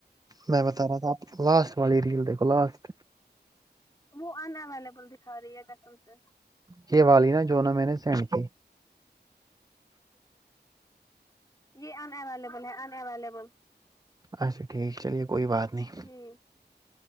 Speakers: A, on the right; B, on the left.
A: میں بتا رہا تھا آپ لاسٹ والی ریل دیکھو لاسٹ
B: وہ ان اویلیبل دکھا رہی ہے کسم سے
A: یے والی نا جو نہ میں نے سینڈ کی
B: یے ان اویلیبل ہے ان اویلیبل
A: اچھا ٹھیک چلیے کوئی بات نہیں
B: جی